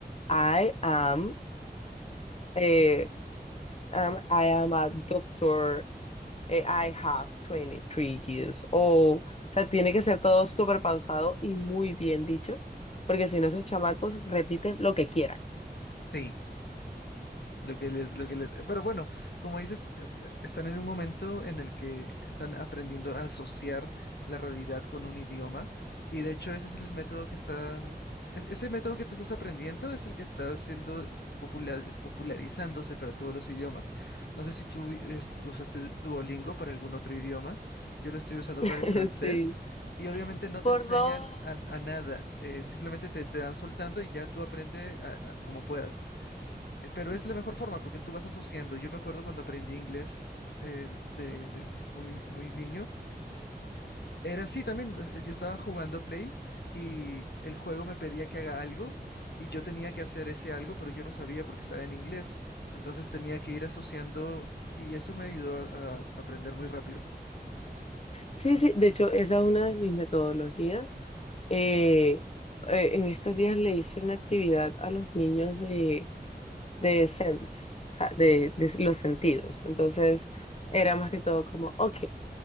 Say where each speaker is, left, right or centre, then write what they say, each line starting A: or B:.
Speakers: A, on the left; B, on the left.
A: I am, eh, Um, I am a doctor. eh, I have twenty-three years old. O sea, tiene que ser todo súper pausado y muy bien dicho, porque si no, esos chamacos repiten lo que quieran.
B: Sí. Lo que les, lo que les, pero bueno, como dices, eh, eh, están en un momento en el que están aprendiendo a asociar la realidad con un idioma y de hecho ese es el método que están, e- ese método que tú estás aprendiendo es el que está siendo popular, popularizándose para todos los idiomas. No sé si tú vi- est- usaste Duolingo para algún otro idioma, yo lo estoy usando
A: <laughs>
B: para el francés.
A: Sí.
B: Y obviamente no te
A: Por
B: enseñan
A: dos.
B: a, a nada, eh, simplemente te, te dan soltando y ya tú aprende a- a- como puedas. Eh, Pero es la mejor forma porque tú vas asociando. Yo me acuerdo cuando aprendí inglés eh, de, de muy, muy niño. Era así también. o sea, Yo estaba jugando Play y el juego me pedía que haga algo y yo tenía que hacer ese algo, pero yo no sabía porque estaba en inglés. Entonces tenía que ir asociando y eso me ayudó a, a aprender muy rápido.
A: Sí, sí, de hecho, esa es una de mis metodologías. Eh, eh, en estos días le hice una actividad a los niños de de sense, o sea, de, de los sentidos. Entonces, era más que todo como, ok,